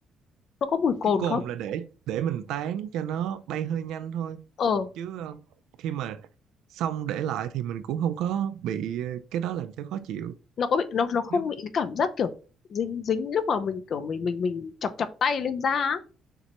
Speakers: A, on the left; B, on the right.
A: Nó có mùi cồn
B: cái cồn
A: không?
B: là để để mình tán cho nó bay hơi nhanh thôi
A: Ờ.
B: chứ ờ, khi mà xong để lại thì mình cũng không có bị ờ, cái đó làm cho khó chịu
A: Nó có bị nó nó không
B: nếu
A: bị cái cảm giác kiểu dính dính lúc mà mình kiểu mình mình mình chọc chọc tay lên da á.